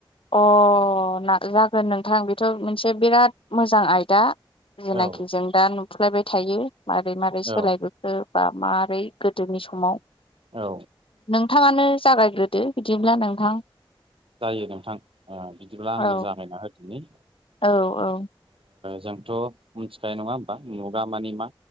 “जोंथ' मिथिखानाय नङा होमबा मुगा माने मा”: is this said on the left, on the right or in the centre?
Right